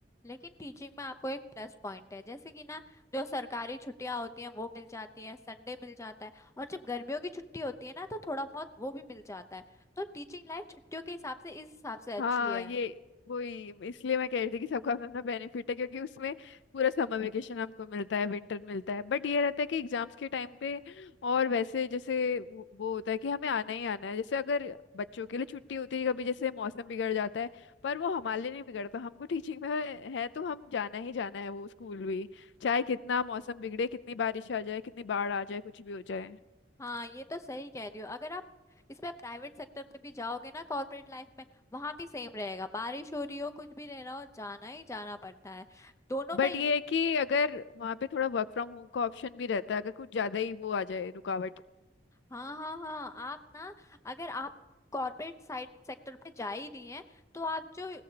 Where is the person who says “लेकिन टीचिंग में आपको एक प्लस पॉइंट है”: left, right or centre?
Left